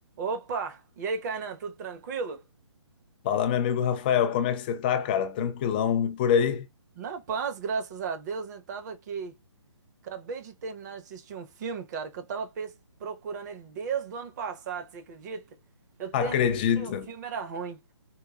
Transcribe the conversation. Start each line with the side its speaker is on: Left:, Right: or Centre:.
Right: Opa! E aí, Kainan, tudo tranquilo?
Left: Fala, meu amigo Rafael, como é que você tá, cara? Tranquilão, e por aí?
Right: Na paz, graças a Deus, né? Tava aqui. Acabei de terminar de assistir um filme, cara, que eu tava pes- procurando ele desde o ano passado, você acredita? Eu
Left: Acredito.
Right: terminei, o filme era ruim.